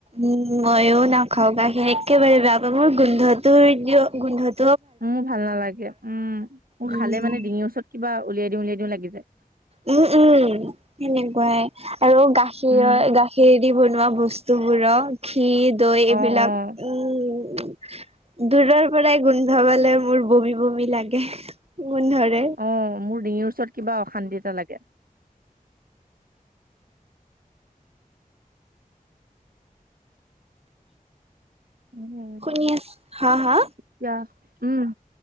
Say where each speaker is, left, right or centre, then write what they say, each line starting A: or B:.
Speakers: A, on the right; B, on the right.
A: উ, ময়ো নাখাওঁ গাখীৰ একেবাৰে বেয়া পাওঁ, মোৰ গোন্ধটো গোন্ধ
B: মোৰ ভাল নালাগে উম। মোৰ
A: উম।
B: খালে মানে ডিঙিৰ ওচৰত কিবা উলিয়াই দিওঁ উলিয়াই দিওঁ লাগি যায়।
A: উম, উম, সেনেকুৱাই আৰু গাখীৰ
B: উম,
A: গা খীৰদি বনোৱা বস্তুবোৰক ঘি, দৈ এইবিলাক
B: অ', অ',
A: উম, দূৰৰপৰাই গোন্ধবালে মোৰ বমি বমি লাগে। গোন্ধৰে
B: অ' মোৰ ডিঙিৰ ওচৰত কিবা অশান্তি এটা লাগে। উম,
A: শুনি আছ, হা হা?
B: এতিয়া উম,